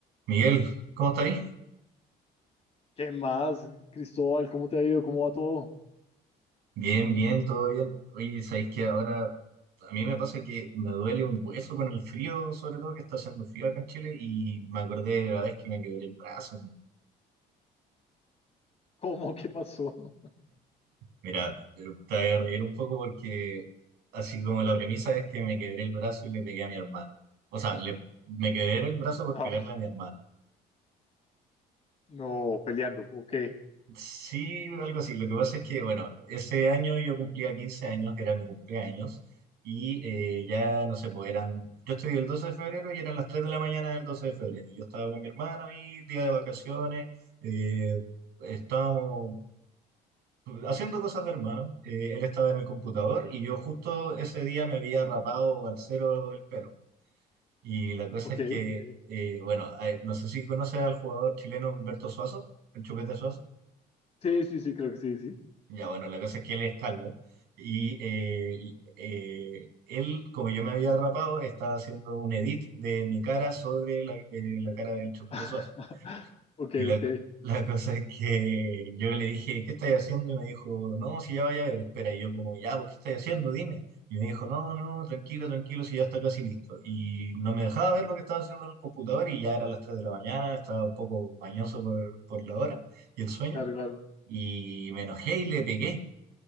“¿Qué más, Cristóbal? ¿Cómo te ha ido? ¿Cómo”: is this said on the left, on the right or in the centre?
Left